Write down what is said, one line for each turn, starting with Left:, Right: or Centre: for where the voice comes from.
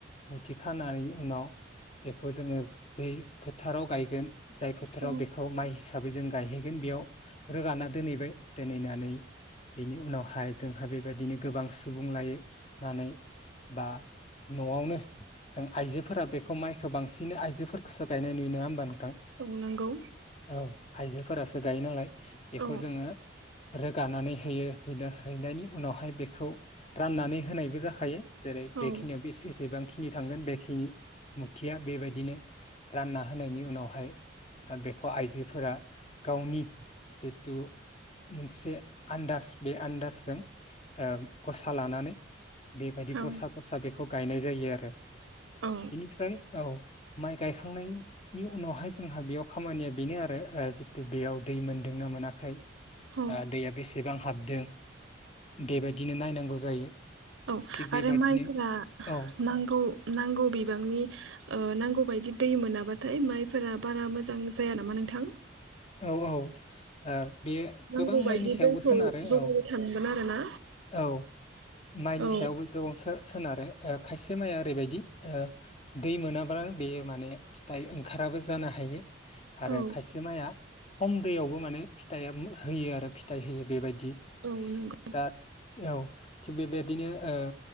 Left: मुथि खानानै उनाव बेखौ जोङो जै फोथाराव गायगोन जाय फोथाराव
Right: औ
Left: बेखौ माइ हिसाबै जों गायहैगोन बेयाव रोगाना दोनैबाय। दोनैनानै बेनि उनाव हाय जोंहा बेबायदिनो गोबां सुबुं लायो नानै बा न'आवनो जों आइजोफोरा बेखौ माइखो बांसिनै आइजोफोरखौसो गायनाय नुयो नङा होमबा नों थां
Right: औ नंगौ
Left: औ आयजोफोरासो गायो नालाय। बेखौ
Right: औ
Left: जोङो रोगानानै होयो है-हैनायनि उनावहाय बेखौ राननानै होनायबो जाखायो। जेरै
Right: औ
Left: बेखिनियाव बेस एसेबां। खिनि थांगोन बेखिनि मुथिया बेबायदिनो रानना होनायनि उनावहाय ओ बेखौ आइजोफोरा गावनि जि थु मोनसे आन्दाज बे आन्दाजजों ओ गसा लानानै बेबायदि
Right: औ
Left: गसा गसा बेखौ गायनाय जायो आरो
Right: औ
Left: बेनिफ्राय औ माइ गायखांनायनि उनावहाय जोंहा बेयाव खामानिया बेनो आरो ओ जितु बेयाव दै मोनदोंना मोना खै ओ
Right: औ
Left: दैया बेसेबां हाबदो। बेबायदिनो नायनांगौ। जायो।
Right: औ
Left: थिग बेबादिनो
Right: आरो माइफोरा
Left: औ
Right: नांगौ नांगौ बिबांनि ओ नांगौ बायदि दै मोनाबा। थाय माइफोरा बारा मोजां जाया नामा नोंथां
Left: औ औ ओ बेयो
Right: नांगौ
Left: गोबां
Right: बायदि
Left: माइनि सायावबो
Right: दैखौ
Left: सोनारो
Right: जगायबाय
Left: औ
Right: थानांगोन आरोना
Left: औ माइनि
Right: औ
Left: सायावबो गोबां सो-सोनारो। ओ खायसे माइया ओरैबायदि ओ दै मोनाब्लानो बेयो माने फिथाइ ओंखाराबो जानो हायो। आरो
Right: औ
Left: खायसे माइआ खम दैयावबो माने फिथाइया होयो आरो फिथाइ होयो बेबाय दि
Right: औ नंगौ
Left: दा औ थिग बेबायदिनो ओ